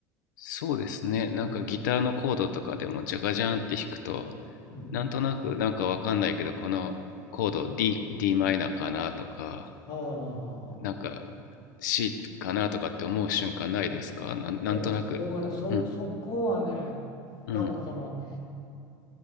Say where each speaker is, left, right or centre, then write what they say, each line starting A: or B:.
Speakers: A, on the left; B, on the left.
A: そうですねなんかギターのコードとかでもジャカジャンって弾くと
B: うん。うん。
A: なんとなくなんかわかんないけどこのコード D, D マイナーかなとか
B: はあはあはあはあはあ。
A: なんか C かなとかって思う瞬間ないですかなんなんとなくうん
B: ええ、僕はね、そ、そこはね、
A: うん
B: 多分その、